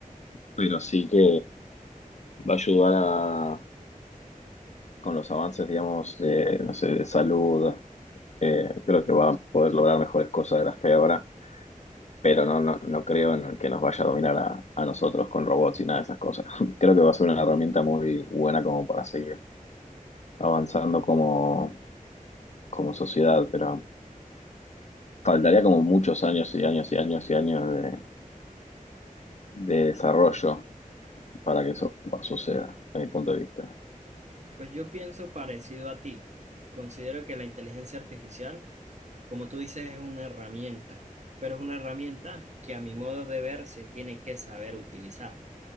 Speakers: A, on the left (about 55°); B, on the right (about 55°).
A: pero sí que. va a ayudar a, con los avances, digamos, de, no sé, de salud. eh, creo que va a poder lograr mejores cosas de las que hay ahora, pero no, no, no creo en que nos vaya a dominar a, a nosotros con robots y nada de esas cosas. <laughs> Creo que va a ser una herramienta muy buena como para seguir avanzando como, como sociedad, pero faltaría como muchos años y años y años y años de, de desarrollo para que eso suceda, desde mi punto de vista.
B: Pues yo pienso parecido a ti. Considero que la inteligencia artificial, como tú dices, es una herramienta, pero es una herramienta que a mi modo de ver se tiene que saber utilizar.